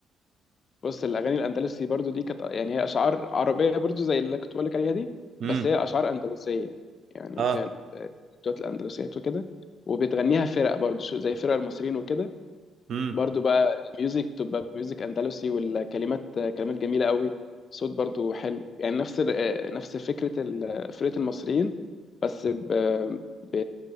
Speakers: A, on the left; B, on the right.
A: بص الاغاني الاندلسي برضو دي كانت يعني هي اشعار عربيه برضو زي اللي كنت بقول لك عليها دي
B: امم
A: بس هي اشعار اندلسيه يعني
B: اه
A: كانت آه، بتوع الاندلسيات وكده وبتغنيها فرق برضو شو- زي فرق المصريين وكده
B: امم
A: برضو بقى ميوزك بتبقى ميوزك اندلسي والكلمات آه، كلمات جميله قوي صوت برضو حلو يعني نفس ال- آه، نفس فكره ال- فرقه المصريين بس ب... ب...